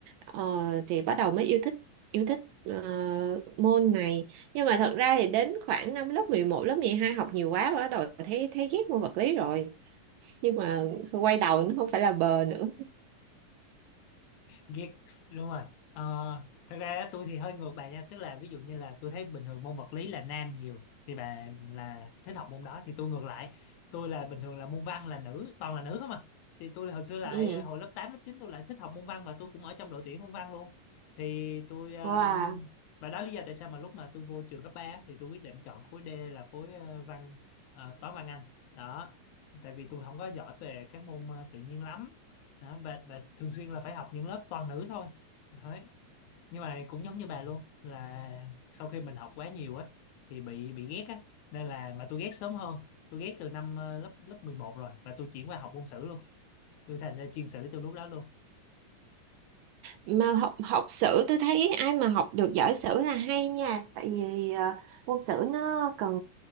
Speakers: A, on the right (about 75°); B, on the left (about 75°).
A: Ờ, thì bắt đầu mới yêu thích yêu thích ờ, môn này nhưng mà thật ra thì đến khoảng năm lớp 11 lớp 12 học nhiều quá bắt đầu thấy thấy ghét môn vật lý rồi nhưng mà quay đầu nó không phải là bờ nữa
B: ghét đúng rồi Ờ, thật ra á, tôi thì hơi ngược bà nha tức là ví dụ như là tôi thấy bình thường môn vật lý là nam nhiều thì bà là thích học môn đó thì tôi ngược lại tôi là bình thường là môn văn là nữ toàn là nữ không à thì tôi hồi xưa lại
A: ừ.
B: ờ, hồi lớp 8 lớp 9 tôi lại thích học môn văn và tôi cũng ở trong đội tuyển môn văn luôn thì tôi um,
A: Wow.
B: và đó là lý do tại sao mà lúc mà tôi vô trường cấp 3 thì tôi quyết định chọn khối D là khối ờ, văn ờ, toán văn Anh đó tại vì tôi không có giỏi về các môn ờ, tự nhiên lắm đó, bà, bà thường xuyên là phải học những lớp toàn nữ thôi đấy. nhưng mà cũng giống như bà luôn là sau khi mình học quá nhiều á thì bị bị ghét á nên là mà tôi ghét sớm hơn tôi ghét từ năm ờ, lớp lớp 11 rồi và tôi chuyển qua học môn sử luôn tôi thành ra chuyên sử từ lúc đó luôn
A: Mà học học sử tôi thấy ai mà học được giỏi sử là hay nha tại vì ờ, môn sử nó cần